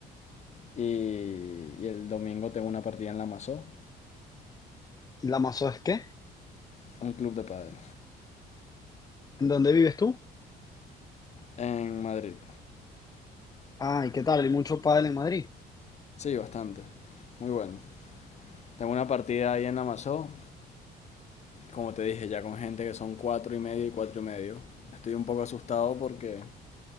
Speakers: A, on the left; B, on the left.
A: y, y el domingo tengo una partida en la Masó,
B: ¿La mazo es qué?
A: un club de pádel,
B: ¿En dónde vives tú?
A: en Madrid.
B: Ah, ¿y qué tal? ¿Hay mucho pádel en Madrid?
A: Sí, bastante. Muy bueno. Tengo una partida ahí en la Masó, Como te dije, ya con gente que son cuatro y medio y cuatro y medio. Estoy un poco asustado porque